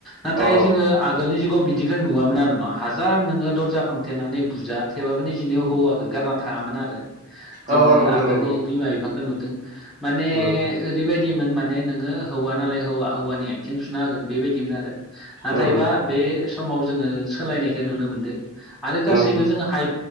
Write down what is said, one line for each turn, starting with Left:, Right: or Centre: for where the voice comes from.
Centre: नाथाय
Right: अ
Centre: जोङो आगोलनि जुगाव बिदि बेखौ नुवामोन आर न' हाजार नोङो दरजा फांथेनानै बुजा थेबाबो नि जननि हौवाखौ गारना थाङामोन आरो जोङो
Right: अ अ नंगौ
Centre: आगोलनि
Right: नंगौ
Centre: बिमा बिफाखौ नुदों माने
Right: उम
Centre: ओरैबायदिमोन माने नोङो हौवा नालाय हौवा हौवानि आथिं सुना होगोन बेबायदिमोन आरो नाथायबा
Right: उम
Centre: बे समाव जोङो सोलायनायखौ नुनो मोनदों आरो गासैबो
Right: उम
Centre: जोङो हाइ